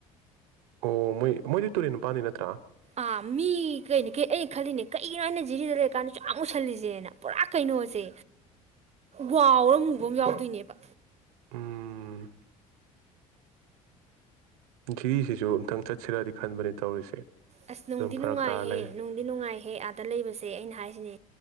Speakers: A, on the right; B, on the right.
A: ꯑꯣ ꯃꯣꯏ ꯃꯣꯏꯗꯤ ꯇꯨꯔꯦꯟ ꯅꯨꯄꯥꯥꯟꯅꯤ ꯅꯠꯇ꯭ꯔꯥ
B: ꯑꯥ ꯃꯤ ꯀꯩꯅꯣ ꯀꯩ ꯑꯩꯅ ꯈꯜꯂꯤꯅꯦ ꯀꯒꯤꯅꯣ ꯑꯩꯅ ꯖꯤꯔꯤꯗ ꯂꯩꯔꯀꯥꯟꯗꯁꯨ ꯌꯥꯝ ꯃꯨꯁꯜꯂꯤꯁꯦꯅ ꯄꯨꯔꯥ ꯀꯩꯅꯣꯁꯦ ꯋꯥꯎꯔ ꯃꯨꯕ ꯑꯃ ꯌꯥꯎꯗꯣꯏꯅꯦꯕ
A: ꯎꯝ ꯈꯤꯔꯤꯁꯤꯁꯨ ꯑꯃꯨꯛꯇꯪ ꯆꯠ ꯁꯤꯔꯗꯤ ꯈꯟꯕꯅꯤ ꯇꯧꯔꯤꯁꯦ
B: ꯑꯁ ꯅꯨꯡꯗꯤ
A: ꯑꯗꯨꯝ
B: ꯅꯨꯡꯉꯥꯏꯍꯦ
A: ꯐꯔꯛ ꯇꯥꯔ ꯂꯩꯔꯦ
B: ꯅꯨꯡꯗꯤ ꯅꯨꯡꯉꯥꯏꯍꯦ ꯑꯥꯗ ꯂꯩꯕꯁꯦ ꯑꯩꯅ ꯍꯥꯏꯁꯤꯅꯦ